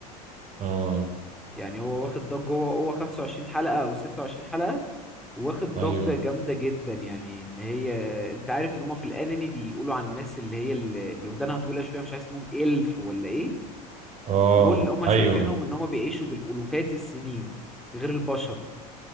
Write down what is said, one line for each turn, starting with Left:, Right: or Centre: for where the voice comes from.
Right: <laughs> اه
Centre: يعني هو واخد ضجه هو هو 25 حلقه او 26 حلقه واخد
Right: ايوه
Centre: ضجه جامده جدا يعني ان هي انت عارف ان هم في الانمي بيقولوا عن الناس اللي هي اللي اللي ودانها طويله شويه مش عارف اسمهم الف ولا ايه
Right: اه
Centre: دول اللي هم شايفينهم
Right: ايوه
Centre: ان هم بيعيشوا بالالوفات السنين غير البشر